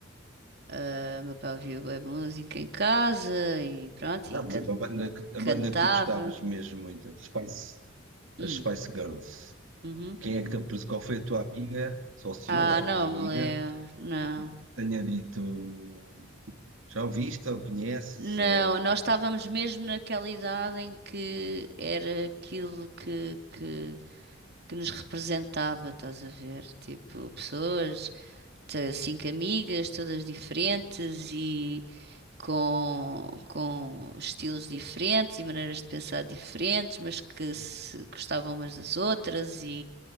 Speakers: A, on the right (about 55°); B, on the right (about 75°).
A: Ah, meu pai ouvia bué música em casa e pronto,
B: Ah,
A: e
B: por
A: can-
B: exemplo, a banda que, a banda
A: cantava.
B: que tu gostavas mesmo muito, as Spice,
A: Hum,
B: as Spice Girls.
A: uhum.
B: Quem é que te apres- qual foi a tua amiga, só se
A: Ah,
B: houve alguma
A: não
B: amiga,
A: me lembro, não.
B: que tenha dito, já ouviste ou conheces,
A: Não,
B: ou...
A: nós estávamos mesmo naquela idade em que era aquilo que, que, que nos representava, estás a ver? Tipo, pessoas, t- cinco amigas, todas diferentes e com, com estilos diferentes e maneiras de pensar diferentes, mas que se gostavam umas das outras